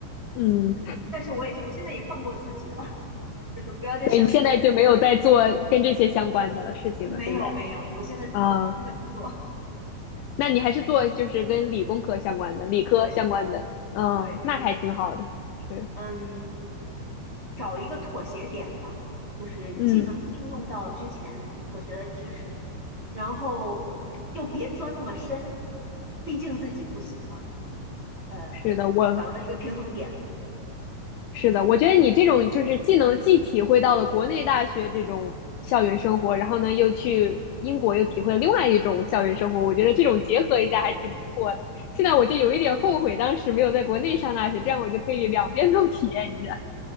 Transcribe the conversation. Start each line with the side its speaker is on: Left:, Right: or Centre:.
Left: 嗯，
Right: 但是我也是，我现在也放过自己了，就是不要再想以前的那些噩梦。
Left: 所以你现在就没有在做跟这些相关的事情了，
Right: 没有没有，
Left: 现在
Right: 我现在现在不做。
Left: 啊。那你还是做就是跟理工科相关的、理科相关的，
Right: 对
Left: 嗯，
Right: 对，
Left: 那还挺好的。
Right: 是这个。
Left: 是，
Right: 嗯。找一个妥协点吧，就是既能应用到之前所学的知识，
Left: 嗯，
Right: 然后 <laughs> 又别钻那么深，毕竟自己不喜欢。呃，
Left: 是的，我
Right: 找到一个平衡点。
Left: 是的，我觉得你这种就是既能既体会到了国内大学这种校园生活，然后呢又去英国又体会了另外一种校园生活，我觉得这种结合一下还挺不错的。现在我就有一点后悔当时没有在国内上大学，这样我就可以两边都体验一下。